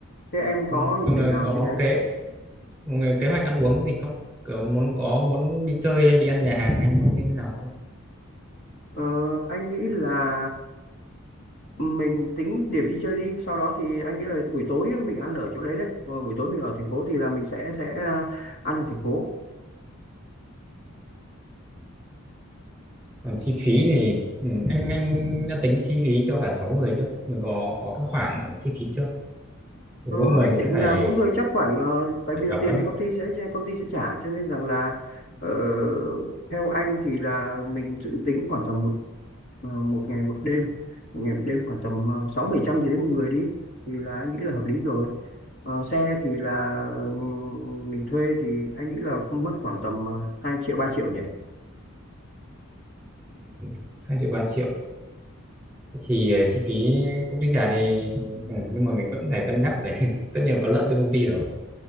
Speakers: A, on the left; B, in the centre.
A: thế em
B: Ừ,
A: có những
B: mọi người
A: điểm nào
B: có
A: trên đấy
B: kế mọi người kế hoạch ăn uống gì không kiểu muốn có muốn đi chơi hay đi ăn nhà hàng hay muốn như thế nào không?
A: ờ, anh nghĩ là mình tính điểm đi chơi đi sau đó thì anh nghĩ là buổi tối mình ăn ở chỗ đấy đấy Ờ, buổi tối mình ở thành phố thì là mình sẽ sẽ à, ăn ở thành phố
B: còn chi phí thì ừ, anh anh đã tính chi phí cho cả sáu người chưa mình có có cái khoảng chi phí chưa thì
A: ờ,
B: mỗi người
A: anh
B: sẽ
A: định
B: phải
A: là mỗi người chắc khoảng ờ, tại vì là
B: đóng
A: tiền
B: bao nhiêu
A: này công ty sẽ công ty sẽ trả cho nên rằng là ờ, theo anh thì là mình dự tính khoảng tầm ờ, một ngày một đêm một ngày một đêm khoảng tầm ờ, sáu bảy trăm gì đấy một người đi thì là anh nghĩ là hợp lý rồi Ờ, xe thì là ừ, mình thuê thì anh nghĩ là mất khoảng tầm ờ, 2 triệu 3 triệu nhỉ
B: ừ, hai triệu ba triệu thì ờ, chi phí công ty trả thì ừ, nhưng mà mình vẫn phải cân nhắc để <laughs> tất nhiên là có lợi cho công ty rồi